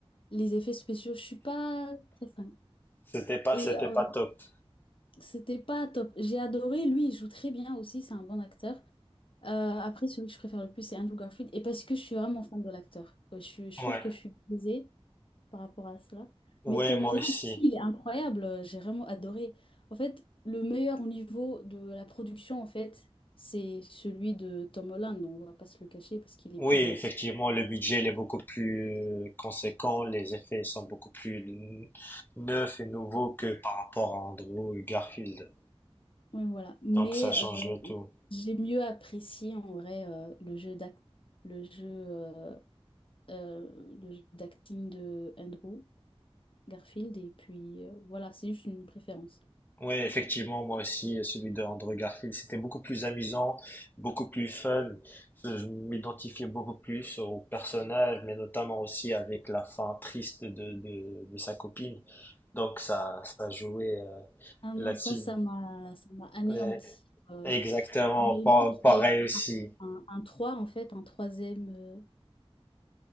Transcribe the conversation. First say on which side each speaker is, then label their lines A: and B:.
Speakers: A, on the left; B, on the left.
A: les effets spéciaux, je suis pas très fan.
B: C'était pas,
A: Et
B: c'était
A: euh,
B: pas top.
A: c'était pas top. J'ai adoré, lui, il joue très bien aussi, c'est un bon acteur. Euh, après, celui que je préfère le plus, c'est Andrew Garfield. Et parce que je suis vraiment fan de l'acteur. Euh, Je suis- je
B: Ouais.
A: trouve que je suis biaisée par rapport à cela.
B: Ouais,
A: Mais Tom
B: moi
A: Holland
B: aussi.
A: aussi, il est incroyable. J'ai vraiment adoré. En fait, le meilleur au niveau de la production, en fait, c'est celui de Tom Holland. On va pas se le cacher parce qu'il est
B: Oui,
A: plus
B: effectivement,
A: récent.
B: le budget il est beaucoup plus euh, conséquent, les effets sont beaucoup plus n- neufs et nouveaux que par rapport à Andrew Garfield.
A: Oui, voilà. Mais
B: Donc ça change
A: euh,
B: le tout.
A: j'ai mieux apprécié en vrai euh, le jeu d'ac- le jeu, euh, euh, le jeu d'acting de Andrew Garfield. Et puis euh, voilà, c'est juste une préférence.
B: Oui, effectivement, moi aussi, celui de Andrew Garfield, c'était beaucoup plus amusant, beaucoup plus fun. Je m'identifiais beaucoup plus au personnage, mais notamment aussi avec la fin triste de, de, de sa copine. Donc ça, ça jouait euh,
A: Ah non,
B: là-dessus
A: ça, ça m'a ça m'a anéanti.
B: Ouais,
A: euh,
B: exactement,
A: <laughs> Jérémy
B: Pa- pareil
A: qui
B: aussi.
A: un, un 3, en fait, un troisième, euh,